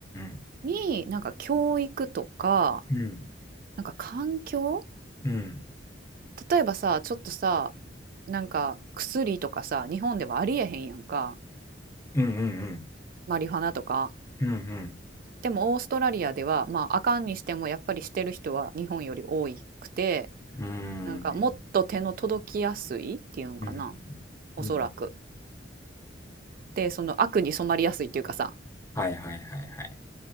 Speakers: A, on the left (about 15°); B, on the right (about 50°).
A: ん。
B: に、なんか教育とか、
A: うん。
B: なんか環境
A: うん。
B: 例えばさ、ちょっとさ、なんか薬とかさ、日本ではありえへんやんか。
A: うん。うん。
B: マリファナとか。
A: うん。うん。
B: でもオーストラリアでは、まあ、あかんにしてもやっぱりしてる人は日本より多くて、
A: うん。
B: なんかもっと手の届きやすいっていうんかな。
A: うん。
B: おそらく。
A: うん
B: で、その悪に染まりやすいっていうかさ、
A: はいはいはいはい。